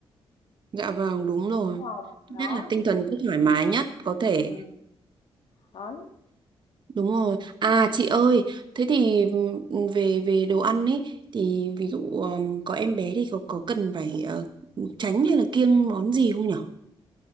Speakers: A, on the right; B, on the left.
A: Dạ vâng, đúng rồi.
B: đúng không?
A: Nhất
B: Đó,
A: là tinh thần cứ thoải mái nhất có thể.
B: ừ, đấy.
A: Đúng rồi. À chị ơi, thế thì ừm, về về đồ ăn ấy thì ví dụ ừm, có em bé thì có có cần phải ờ, tránh hay là kiêng món gì không nhở